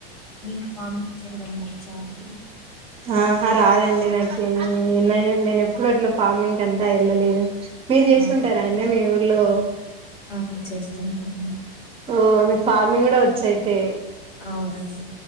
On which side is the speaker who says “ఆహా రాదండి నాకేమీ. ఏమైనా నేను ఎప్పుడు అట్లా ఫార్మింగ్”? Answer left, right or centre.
Right